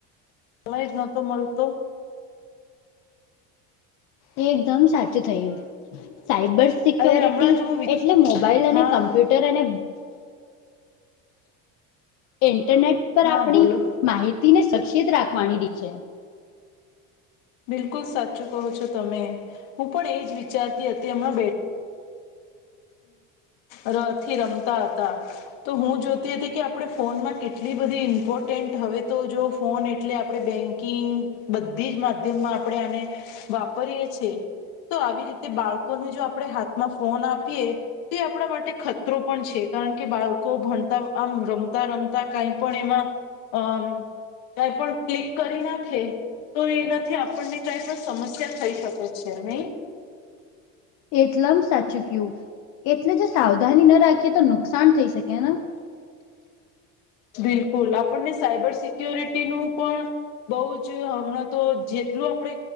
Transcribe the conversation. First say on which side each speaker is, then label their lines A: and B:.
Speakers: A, on the left; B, on the left.
A: સમય જ નતો મળતો.
B: એ એકદમ સાચું થયું સાયબર સિક્યોરિટી
A: અરે હમણાં જ હું વિ
B: એટલે મોબાઈલ
A: હા
B: અને કમ્પ્યુટર અને ઇન્ટરનેટ પર
A: હા
B: આપણી
A: બોલો
B: માહિતીને સક્ષેિત રાખવાની <unintelligible> છે.
A: બિલકુલ સાચું કહો છો તમે હું પણ એ જ વિચારતી હતી અમણાં બે ર થી રમતા હતા. તો હું જોતી હતી કે આપણે ફોનમાં કેટલી બધી ઇમ્પોર્ટન્ટ હવે તો જો ફોન એટલે આપણે બેંક બધી જ માધ્યમમાં આપણે આને વાપરીએ છીએ તો આવી રીતે બાળકોને જો આપણે હાથમાં ફોન આપીએ તે આપણા માટે ખતરો પણ છે કારણ કે બાળકો ભણતા આમ રમતા રમતા કઈ પણ એમાં અમ કઈ પણ ક્લિક કરી નાખે તો એનાથી આપણને કઈ પણ સમસ્યા થઈ શકે છે નય
B: એટલમ સાચું ગયું એટલે જો સાવધાની ન રાખીએ તો નુકસાન થઈ શકેન.
A: બિલકુલ આપણને સાયબર સિક્યોરિટી નું પણ બઉ જ હમણાં તો જેટલું આપણે